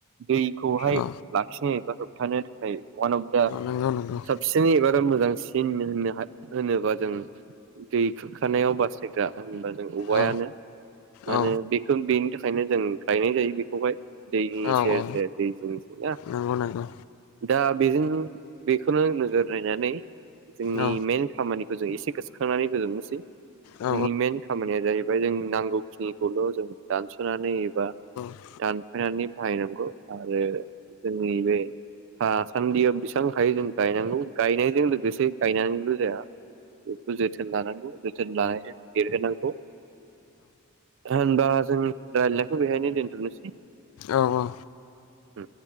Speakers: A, on the right; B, on the left.
A: दैखौहाय
B: औ
A: लाखिनो बा होबथानो था खाय वान अफ दा
B: नंगौ नंगौ
A: साबसिन एबा मोजांसिन होन होनोबा जों दै खुरखानायाव बासायग्रा होनबा जों औवायानो
B: औ
A: मानोे
B: औ
A: बेखौ बेनि थाखायनो जों गायनाय जायो बेखौहाय दैनि
B: औ
A: सेर‌
B: औ
A: सेर दैनि जिं जिं ना
B: नंगौ नंगौ औ नंगौ
A: दा बेजों बेखौनो नोजोर नायनानै जोंनि
B: औ
A: मेन खामानिखौ एसे गोसोखांनानै फोजोबनोसै जोंनि
B: औ
A: मेन खामानिया जाहै- बाय जों नांगौखिनिखौल' जों दानस' नानै एबा
B: औ
A: दानफायनानै बाहायनांगौ आरो जोंनि बे थासान्दियाव बेसेबां हायो जों गायनांगौ गायनायजों लोगोसे गायनानैल' जाया बेखौ जोथोन लानांगौ जोथोन लानायजों देरहोनांगौ होनबा जों रायज्लायनायखौ बेहायनो दोनथ'नोसै
B: औ औ
A: औ